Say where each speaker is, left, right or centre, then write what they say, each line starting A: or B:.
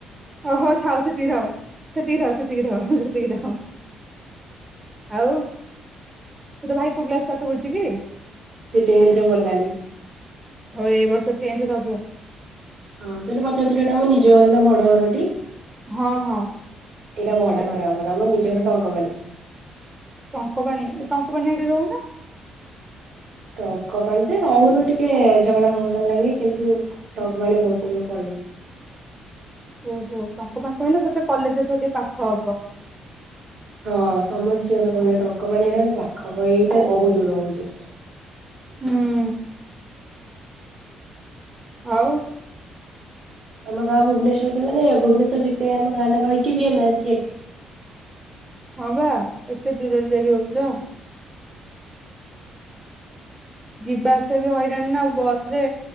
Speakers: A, on the right (about 15°); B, on the right (about 55°).
A: ଓଃ ହୋ ଥାଉ। ସେତିକି ଥାଉ ସେତିକି ଥାଉ ସେତିକି ଥାଉ ସେତିକି ଥାଉ ଆଉ। ତୋ ଭାଇ କୋଉ କ୍ଲାସ ପାଠ ପଢୁଛି କି?
B: ସେ ଟେନ୍ଥ ରେ ପଢିଲାଣି।
A: ହଉ ଏ ବର୍ଷ ଟେନ୍ଥ ଦବ।
B: ହଁ ତୁ ଏଇନା ପଚାରୁଥିଲୁ ଏଇଟା ଆମ ନିଜ ଘର ନା ଭଢ଼ା ଘରଟି?
A: ହଁ ହଁ।
B: ଏଇଟା ଭଡା ଘର ଆମର ଆମର ନିଜ ଘର ଟଙ୍କ ପାଣି।
A: ଟଙ୍କ ପାଣି ଟଙ୍କ ପାଣି ଆଡେ ରହୁନା?
B: ଟଙ୍କ ପାଣି ତ ରହୁନୁ ଟିକେ ଝଗଡା ଫଗଡା ଲାଗି କିନ୍ତୁ ଟଙ୍କ ପାଣି ବୋହୁତ ସିଘ୍ର ପଳେଇବୁ।
A: ଓଃ ହୋ ଟଙ୍କ ପାଣି ଟା ହେଲେ ତତେ କଲେଜ ସେଠିକି ଟିକେ ପାଖ ହବ।
B: ହଁ ସମସ୍ତେ ସେ କଥା କହୁଥିଲେ ଟଙ୍କ ପାଣି ହେଲେ ମତେ ପାଖ ହବ ଏଇଟା ବହୁତ ଦୂର ହଉଚି।
A: ହୁଁ ହୁଁ। ଆଉ।
B: ଆମ ଗାଁ ଭୁବନେଶ୍ୱରରେ ମାନେ ଭୁବନେଶ୍ୱର ଭିତରେ ଆମ ଗାଁ ଟା ରହିିକି ବି ଆମେ ଆସିକି ଏଠି।
A: ହଁ ବା ଏତେ ଦୂରରେ ଯାଇକି ରହୁଚ। ଯିବାଆସିବା ବି ହଇରାଣ ନା ଆଉ ବସରେ